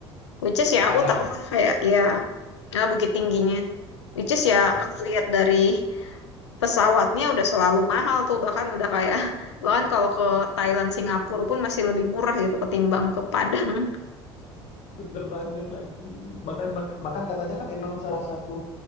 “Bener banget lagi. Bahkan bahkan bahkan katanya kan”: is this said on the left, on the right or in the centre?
Left